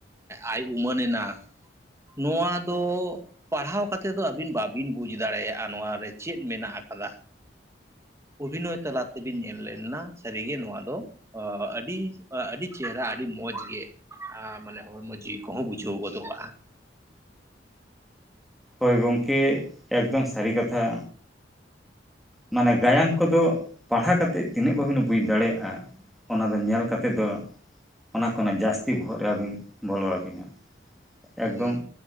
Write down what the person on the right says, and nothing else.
ᱟᱭ ᱩᱢᱟᱹᱱ ᱮᱱᱟ ᱱᱚᱣᱟ ᱫᱚ ᱯᱟᱲᱦᱟᱣ ᱠᱟᱛᱮ ᱫᱚ ᱟᱹᱵᱤᱱ ᱵᱟᱵᱤᱱ ᱵᱩᱡ ᱫᱟᱲᱮᱭᱟᱜᱼᱟ ᱱᱚᱣᱟ ᱨᱮ ᱪᱮᱫ ᱢᱮᱱᱟᱜ ᱠᱟᱫᱟ ᱚᱵᱷᱤᱱᱚᱭ ᱛᱟᱞᱟ ᱛᱮᱵᱤᱱ ᱧᱮᱞ ᱞᱮᱱᱟ ᱥᱮ ᱨᱮᱜᱮ ᱱᱚᱣᱟ ᱫᱚ ᱚ ᱟᱹᱰᱤ ᱟᱹᱰᱤ ᱪᱮᱦᱨᱟ ᱟᱹᱰᱤ ᱢᱚᱸᱡᱽ ᱜᱮ ᱟᱨ ᱢᱟᱱᱮ ᱢᱟᱹᱡᱷᱤ ᱠᱚᱦᱚᱸ ᱵᱩᱡᱷᱟᱹᱣ ᱜᱚᱫᱚᱜᱼᱟ᱾
ᱦᱳᱭ